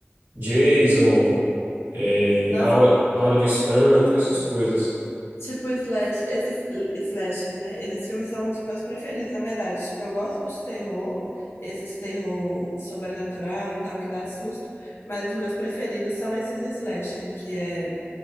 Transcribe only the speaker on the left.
Nossa,
Tipo, slash, esses slasher, né? Esses filmes são os meus preferidos, na verdade. Tipo, eu gosto de terror, esses terror sobrenatural e tal, que dá susto, mas os meus preferidos são esses slasher, que é